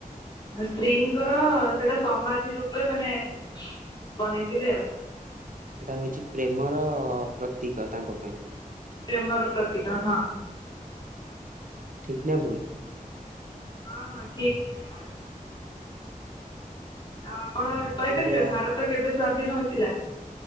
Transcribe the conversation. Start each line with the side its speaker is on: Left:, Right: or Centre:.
Left: ସ୍ତ୍ରୀଙ୍କର ସେଇଟା ସମାଧି ରୂପେ ମାନେ ବନେଇଥିଲେଆଉ।
Right: ସେଇଟା ହଉଛି ପ୍ରେମର ପ୍ରତୀକ ତାଙ୍କ ପାଇଁ।
Left: ପ୍ରେମର ପ୍ରତିକ ହଁ।
Right: ଠିକ ନା ଭୁଲ।
Left: ହଁ ହଁ ଠିକ। ଆଉ ଆପଣ
Right: ଆଉ
Left: କହିପାରିବେ
Right: କହିଲେ
Left: ଭାରତ କେବେ ସ୍ଵାଧୀନ ହୋଇଥିଲା?